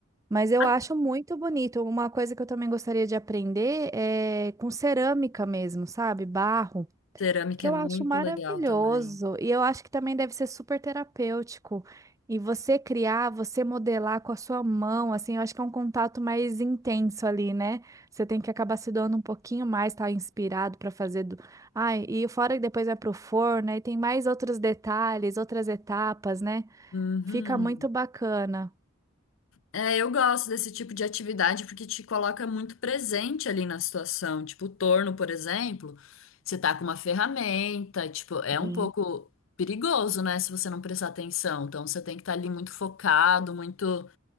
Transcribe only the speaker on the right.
Mas eu
acho muito bonito. Uma coisa que eu também gostaria de aprender é com cerâmica mesmo, sabe? Barro
que eu
acho maravilhoso.
E eu acho que também deve ser super terapêutico. E você criar, você modelar com a sua mão, assim, eu acho que é um contato mais intenso ali, né? Você tem que acabar se doando um pouquinho mais, tá inspirado para fazer do... Ai, e fora que depois vai pro forno, aí tem mais outros detalhes, outras etapas, né?
Fica muito bacana.
Sim.